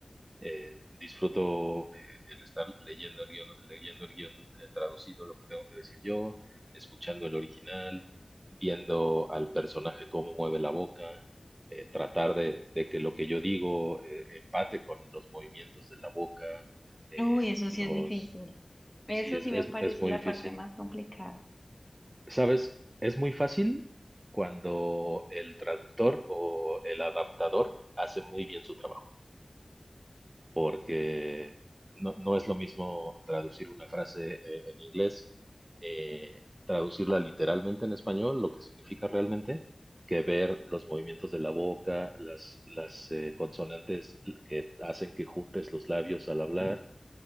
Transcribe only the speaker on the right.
eh, disfruto eh, el estar leyendo el guión, leyendo el guión eh, traducido, lo que tengo que decir yo, escuchando el original, viendo al personaje cómo mueve la boca, eh, tratar de, de que lo que yo digo eh, empate con los movimientos de la boca, eh,
los...
Sí, es,
es,
es muy
difícil.
¿Sabes? Es muy fácil cuando el traductor o el adaptador hace muy bien su trabajo. porque no, no es lo mismo traducir una frase eh, en inglés, eh, traducirla literalmente en español, lo que significa realmente, que ver los movimientos de la boca, las, las eh, consonantes que hacen que juntes los labios al hablar